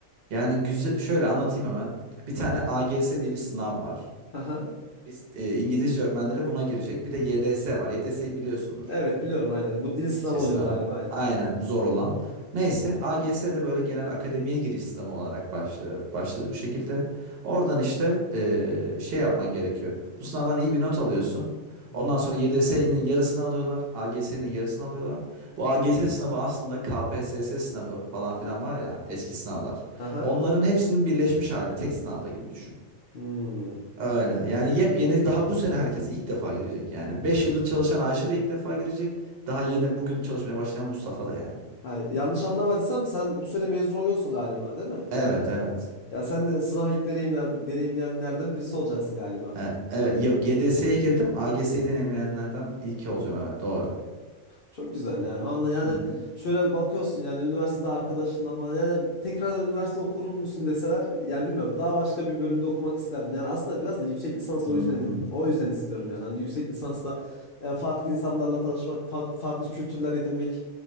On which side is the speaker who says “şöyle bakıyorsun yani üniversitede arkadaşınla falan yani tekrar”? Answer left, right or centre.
Left